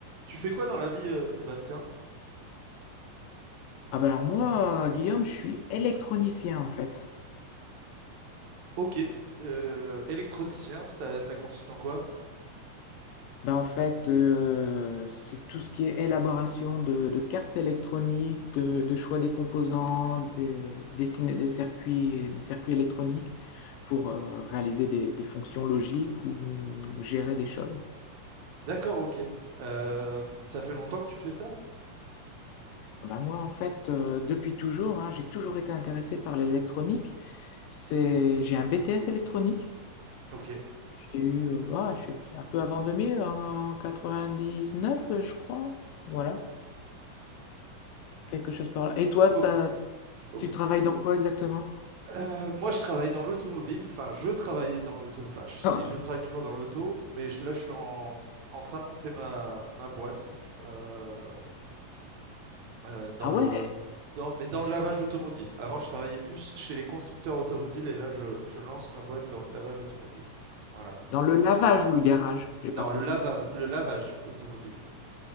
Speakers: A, on the right; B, on the left.
A: Tu fais quoi dans la vie, euh, Sébastien?
B: Ah ben alors moi, euh, Guillaume, je suis électronicien en fait.
A: Ok. Euh, électronicien, ça, ça consiste en quoi?
B: ben en fait, euh, c'est tout ce qui est élaboration de, de cartes électroniques, de, de choix des composants, des, dessiner des circuits, des circuits électroniques pour euh, réaliser des, des fonctions logiques ou gérer des choses.
A: D'accord, ok. Euh, ça fait longtemps que tu fais ça?
B: Ah bah moi en fait, euh, depuis toujours, hein, j'ai toujours été intéressé par l'électronique. C'est, j'ai un BTS électronique.
A: Ok.
B: j'ai eu, heu, ah, je suis un peu avant 2000, en 99, je crois. Voilà, quelque chose par là. Et toi,
A: Ok.
B: ça
A: o-
B: tu travailles dans quoi exactement?
A: euh, moi, je travaille dans l'automobile. Enfin, je travaillais dans l'auto. Enfin, je- si,
B: <laughs>
A: je travaille toujours dans l'auto, mais je- là, je suis en, en train de monter ma, ma boîte euh, euh, dans
B: Ah
A: le,
B: ouais,
A: dans, mais dans le lavage automobile. Avant, je travaillais plus chez les constructeurs automobiles et là, je, je lance ma boîte dans le lavage automobile. Voilà.
B: dans le lavage ou le garage? J'ai pas
A: Non,
B: compris.
A: le lava- le lavage automobile.